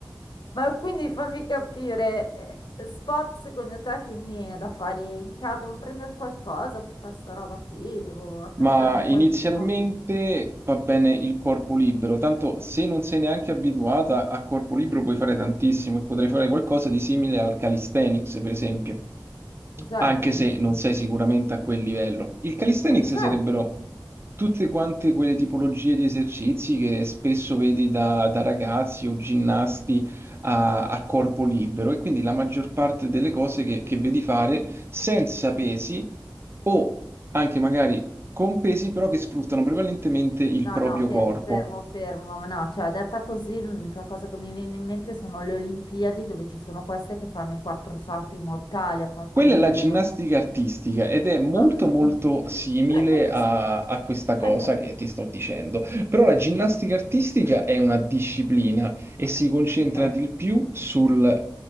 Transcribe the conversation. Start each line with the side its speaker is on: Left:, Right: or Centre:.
Left: Ma quindi fammi capire, eh, sport secondo te quindi è da fare in casa? Devo prendere qualcosa per fare sta roba qui? Devo attrezzarmi
Right: Ma
Left: in
Right: inizialmente
Left: qualche modo?
Right: va bene il corpo libero, tanto se non sei neanche abituata a corpo libero puoi fare tantissimo e potrei fare qualcosa di simile al calisthenics, per esempio,
Left: Cos'è
Right: anche
Left: il calistenia?
Right: se non sei sicuramente a quel livello. Il calisthenics
Left: Ma cos'è?
Right: sarebbero tutte quante quelle tipologie di esercizi che spesso vedi da, da ragazzi o ginnasti a, a corpo libero e quindi la maggior parte delle cose che, che vedi fare senza pesi o anche magari con pesi però che sfruttano prevalentemente il
Left: No,
Right: proprio
Left: no, fermi,
Right: corpo.
Left: fermo, fermo. No, cioè, detta così, l'unica cosa che mi viene in mente sono le Olimpiadi dove ci sono queste che fanno i quattro salti mortali a corpo
Right: Quella
Left: libero.
Right: è la ginnastica artistica ed è molto
Left: Ok.
Right: molto simile
Left: <laughs> E cosa-
Right: a, a questa cosa
Left: ecco.
Right: che ti sto dicendo, però la ginnastica artistica è una disciplina e si concentra
Left: Eh,
Right: di più sul